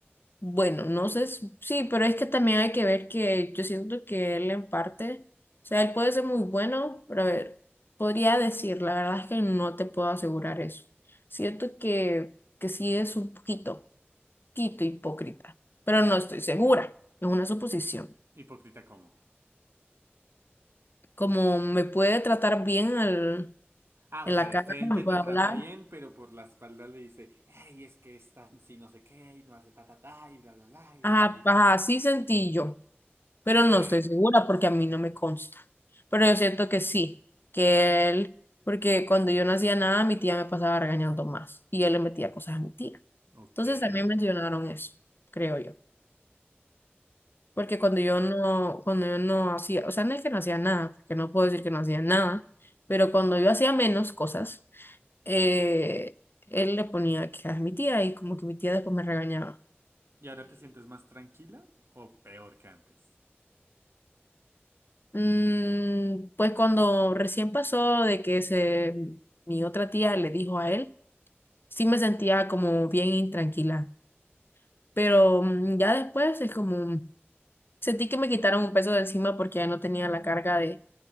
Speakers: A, on the left; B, on the right.
A: Bueno, no sé, s- sí, pero es que también hay que ver que yo siento que él en parte, o sea, él puede ser muy bueno, pero a ver, podría decir, la verdad es que no te puedo asegurar eso. Siento que, que sí es un poquito, poquito hipócrita, pero no estoy segura, es una suposición.
B: Hipócrita, ¿cómo?
A: Como me puede tratar bien al-
B: Ah,
A: en
B: o sea,
A: la
B: de
A: cara,
B: frente
A: me puede
B: te trata
A: hablar,
B: bien, pero por la espalda le dice, hey, es que está si no sé qué, y no hace ta ta ta, y bla bla bla, y
A: ajá,
B: estoy.
A: ajá, así sentí yo. pero
B: Ok,
A: no estoy segura porque a mí no me consta. Pero yo siento que sí, que él, porque cuando yo no hacía nada, mi tía me pasaba regañando más y él le metía cosas a mi tía.
B: ok.
A: Entonces
B: ¿Y,
A: también mencionaron eso, creo yo. Porque cuando yo no, cuando yo no hacía, o sea, no es que no hacía nada, porque no puedo decir que no hacía nada, pero cuando yo hacía menos cosas, eh, él le ponía quejas a mi tía y como que mi tía después me regañaba.
B: y ahora te sientes más tranquila o peor que antes?
A: Mm, pues cuando recién pasó de que se, mi otra tía le dijo a él, sí me sentía como bien intranquila, pero mm, ya después es como, sentí que me quitaron un peso de encima porque ya no tenía la carga de,